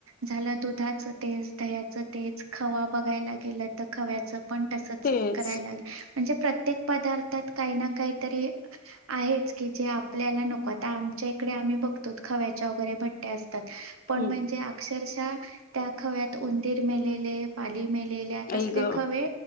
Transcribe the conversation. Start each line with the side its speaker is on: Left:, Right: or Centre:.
Right: झालं दुधाचं तेज, दह्याचं तेज, खवा बघायला गेलं त खव्याच पण तसच
Left: तेच
Right: कराय लाग. म्हणजे प्रत्येक पदार्थात काही ना काहीतरी आहेच की जे आपल्याला नको आता आम च्या इकडे आम्ही बघतोत खवच्या वगैरे भट्या असतात पण
Left: हम्म
Right: म्हणजे अक्षरशः त्या खव्यात उंदीर मेलेले, पाली मेलेल्या तसले
Left: आई ग
Right: खवे